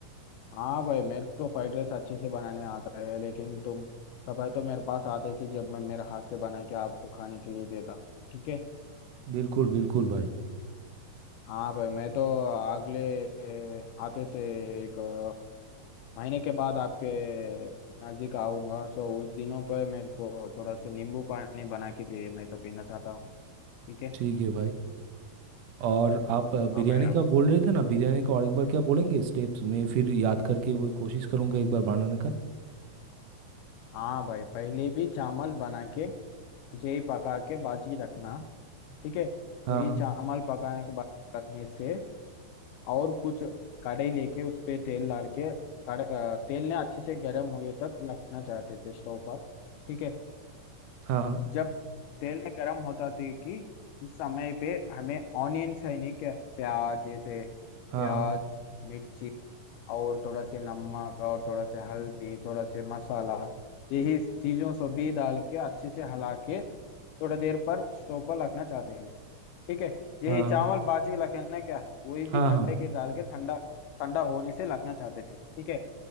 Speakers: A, on the left (about 80°); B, on the right (about 70°).
A: हाँ भाई मेरे को तो फ्राइड राइस अच्छे से बनाने आता है लेकिन तुम कभी तो मेरे पास आते कि जब मैं मेरे हाथ से बना के आपको खाने के लिए देता ठीक है
B: बिल्कुल बिल्कुल भाई
A: हाँ भाई मैं तो अगले ए, आते से एक अ, महीने के बाद आपके नज़दीक आऊंगा सो उस दिनों पर मेरे को थोड़ा सा नींबू पानी बना के दे मैं तो पीना चाहता हूँ ठीक है
B: ठीक है भाई और आप अ,
A: हाँ
B: बिरयानी
A: भाई
B: का
A: आप
B: बोल रहे थे ना बिरयानी का और एक बार क्या बोलेंगे स्टेप्स में फिर याद करके वो कोशिश करूंगा एक बार बनाने का
A: हाँ भाई पहले भी चावल बना के उसे ही पका के बाजी रखना ठीक है
B: हाँ
A: वही
B: हाँ
A: चावल पकाने के बाद रखने से और कुछ कढ़ाई लेके उस पे तेल डाल के कढ़- अ, तेल ने अच्छे से गर्म हुए तक रखना चाहते थे स्टोव पर ठीक है
B: हाँ
A: जब तेल ने गर्म होता थे कि उस समय पे हमें ऑनियंस है नहीं क्या प्याज जैसे
B: हाँ
A: प्याज
B: हाँ हाँ
A: मिर्ची और थोड़ा से नमक और थोड़ा से हल्दी थोड़ा से मसाला यही चीजों से भी डाल के अच्छे से हला के थोड़ा देर पर स्टोव पर रखना चाहते हैं ठीक है यही
B: हाँ
A: चावल
B: हाँ
A: बाजी लखना क्या वही भी
B: हाँ
A: ठंडे
B: हाँ हाँ,
A: के दाल के ठंडा ठंडा होने से लखना चाहते थे ठीक है